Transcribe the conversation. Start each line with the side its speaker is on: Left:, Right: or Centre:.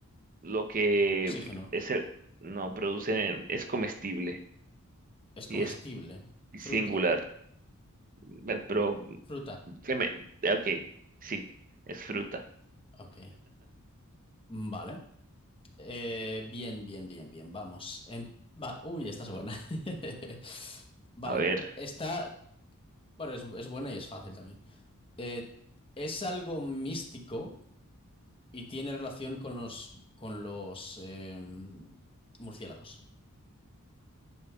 Right: lo que
Left: oxígeno.
Right: es el... No, producen... Es comestible
Left: Es
Right: y
Left: comestible.
Right: es
Left: Fruto.
Right: singular. Bueno, pero
Left: Fruta.
Right: que me, ok, sí, es fruta.
Left: Ok. Vale. Eh, bien, bien, bien, bien. Vamos. En- va- Uy, esta es buena. <laughs> Vale.
Right: A ver,
Left: Esta, bueno, es, es buena y es fácil también. Eh, es algo místico y tiene relación con los, con los em, murciélagos.